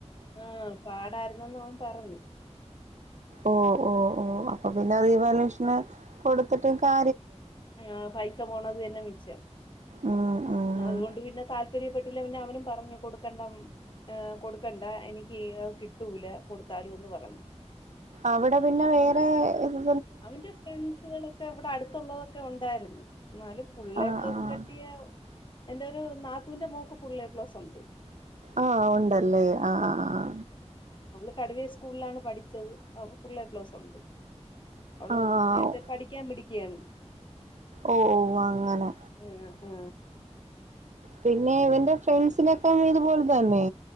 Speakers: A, on the left; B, on the right.
A: ആ പാടാര എന്ന് അവൻ പറഞ്ഞു
B: ഓ ഓ ഓ അപ്പൊ പിന്നെ റീവാല്യുവേഷന് കൊടുത്തിട്ടും കാ
A: ആ പൈസ പോണത് മിച്ചം
B: ഉം ഉം
A: അതുകൊണ്ട് പിന്നെ താല്പര്യപ്പെട്ടില്ല പിന്നെ അവനും പറഞ്ഞു കൊടുക്കണ്ട ഏ കൊടുക്കണ്ട എനിക്ക്ത് കിട്ടൂല കൊടുത്താലും എന്ന് പറഞ്ഞു
B: അവടെ പിന്നെ വേറെ ഇതൊ
A: അവന്റെ ഫ്രണ്ട്സുകളൊക്കെ വടെ അടു ത്തുള്ളതൊക്കെ ഒണ്ടായിരുന്നു എന്നാലും ഫുള്ള്
B: ആ
A: എ പ്ലസ്
B: ആ
A: കിട്ടിയ എന്റെ ഒരു നാത്തൂന്റെ മോക്ക് ഫുള ള്ള് എ പ്ലസ് ഒണ്ട്
B: ആ ഒണ്ടല്ലേ ആ ആ ആ ആ
A: <unintelligible> സ്കൂളിലാണ് പഠിച്ചത് അവക്ക് ഫുൾ എ പ്ലസ്വണ്ട് അവള്
B: ആഹ് ആഹ് ആഹ്
A: നേരത്തെ പഠിക്കാൻ മിടുക്കിയാണ്
B: ഓ ഓ അങ്ങനെ
A: ആ ആ
B: പിന്നെ ഇവന്റെ ഫ്രണ്ട്സിനെ പഴേത്പോല് തന്നേ